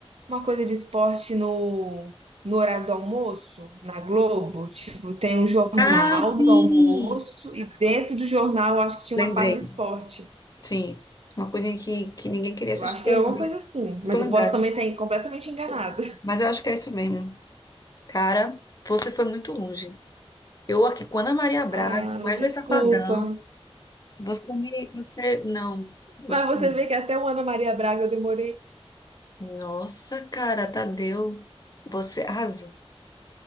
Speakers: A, on the right (about 70°); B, on the left (about 35°).
A: uma coisa de esporte no, no horário do almoço, na Globo? Tipo, tem um jornal
B: Ah, sim!
A: do almoço e dentro do jornal eu acho que tinha
B: Lembrei.
A: uma parte de esporte.
B: Sim. Uma coisinha que, que ninguém queria
A: Eu
B: assistir.
A: acho que
B: Eu
A: era alguma
B: lembro,
A: coisa assim, mas
B: eu tô lembrada.
A: eu posso também estar completamente enganada. <laughs>
B: Mas eu acho que é isso mesmo. Cara, você foi muito longe. Eu aqui com Ana Maria Braga,
A: Ah,
B: com Wesley
A: desculpa.
B: Safadão. Você me. Você. Não. Gostei.
A: Mas você vê que até o Ana Maria Braga eu demorei.
B: Nossa, cara, Tadeu. Você arrasou.